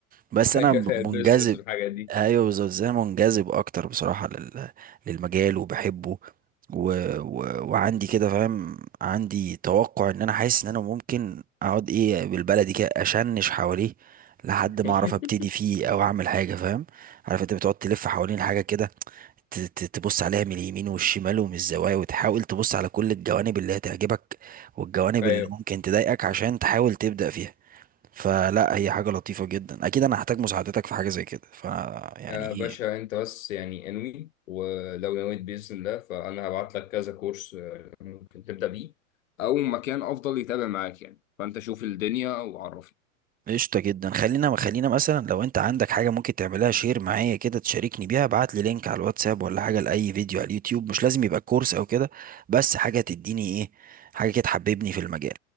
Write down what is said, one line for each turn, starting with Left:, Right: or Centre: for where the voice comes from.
Right: بس
Left: <laughs>
Right: انا
Left: ايوه
Right: منجذب
Left: ده البيزنس والحاجات دي
Right: ايوه بالظبط زي أنا منجذب اكتر بصراحه لل... للمجال وبحبه و... و... وعندي كده فاهم عندي توقع ان انا حاسس ان انا ممكن اقعد ايه بالبلدي كده اشنش حواليه لحد
Left: <laughs>
Right: ما اعرف ابتدي فيه او اعمل حاجه فاهم عارف انت بتقعد تلف حوالين حاجه كده ت... ت- تبص عليها من اليمين والشمال ومن الزوايا وتحاول تبص على كل الجوانب اللي هتعجبك والجوانب
Left: طيب
Right: اللي ممكن تضايقك عشان تحاول تبدا فيها فلا هي حاجة لطيفة جدا اكيد انا هحتاج مساعدتك في حاجة زي كده ف يعني
Left: يا
Right: ايه
Left: باشا انت بس يعني انوي ولو نويت باذن الله فانا هبعت لك كذا كورس آه، ممكن تبدا بيه او مكان افضل يتابع معاك يعني فانت شوف الدنيا وعرفني
Right: قشطة جدا خلينا خلينا مثلا لو انت عندك حاجة ممكن تعملها شير معايا كده تشاركني بيها ابعت لي لينك على الواتساب ولا حاجة لأي فيديو على اليوتيوب مش لازم يبقى كورس او كده بس حاجة تديني ايه حاجة كده تحببني في المجال